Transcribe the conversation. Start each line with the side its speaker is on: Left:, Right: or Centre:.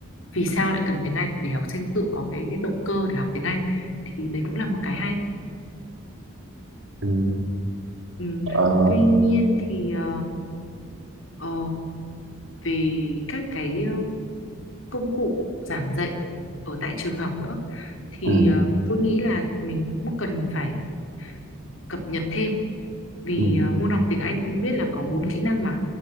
Left: vì sao lại cần tiếng Anh để học sinh tự có cái động cơ để học tiếng Anh thì đấy cũng là một cái hay
Right: ừ.
Left: ừ.
Right: Ờ,
Left: Tuy nhiên thì ờ, ờ, về các cái ờ, công cụ giảng dạy ở tại trường học nữa thì
Right: Ừ.
Left: ờ, tôi nghĩ là mình cũng cần phải cập nhật thêm vì
Right: Ừ.
Left: ờ, môn học tiếng Anh ông biết là có bốn kỹ năng mà